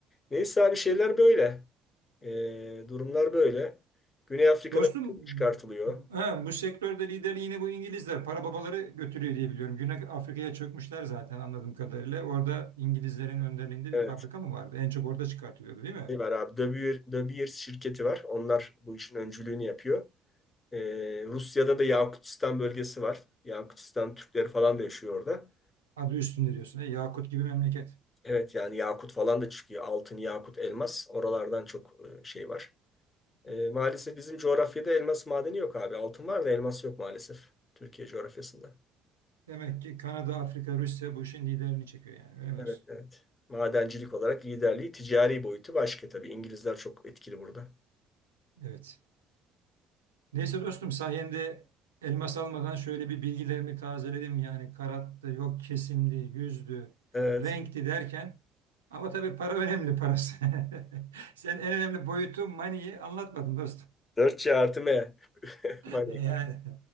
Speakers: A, on the left (about 30°); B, on the right (about 85°).
A: Neyse abi şeyler böyle. Ee, durumlar böyle. Güney Afrika'da
B: Dostum
A: çok çıkartılıyor.
B: he, bu sektörde liderliğini bu İngilizler para babaları götürüyor diye biliyorum. Güney Afrika'ya çökmüşler zaten anladığım kadarıyla. Orada İngilizlerin önderliğinde
A: Evet.
B: bir fabrika mı vardı? En çok orada çıkartılıyordu değil mi?
A: Şey var abi. De Beer, De Beers şirketi var. Onlar bu işin öncülüğünü yapıyor. Ee, Rusya'da da Yakutistan bölgesi var. Yakutistan Türkleri falan da yaşıyor orada.
B: Adı üstünde diyorsun. he, Yakut gibi memleket.
A: Evet yani Yakut falan da çıkıyor. Altın, Yakut, elmas. Oralardan çok e, şey var. E, maalesef bizim coğrafyada elmas madeni yok abi. Altın var da elmas yok maalesef. Türkiye coğrafyasında.
B: Demek ki Kanada, Afrika, Rusya bu işin liderini çekiyor yani. Öyle mi
A: Evet,
B: dostum?
A: evet. Madencilik olarak liderliği ticari boyutu başka tabii. İngilizler çok etkili burada.
B: Evet. Neyse dostum sayende elmas almadan şöyle bir bilgilerimi tazeledim. Yani karattı, yok kesimdi, yüzdü,
A: Evet.
B: renkti derken. Ama tabii para önemli parası. <laughs> Sen en önemli boyutu money'i anlatmadın dostum.
A: Dört c artı M. <laughs>
B: <laughs>
A: Money.
B: Yani